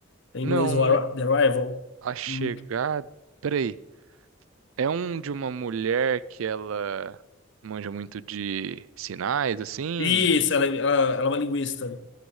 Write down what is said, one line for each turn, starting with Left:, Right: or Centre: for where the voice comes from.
Left: Em
Right: Não,
Left: inglês, o Arri- The Arrival?
Right: A Chegada.
Left: Hum.
Right: Peraí. É um de uma mulher que ela manja muito de sinais, assim.
Left: Isso, ela, é, ela, ela é uma linguista.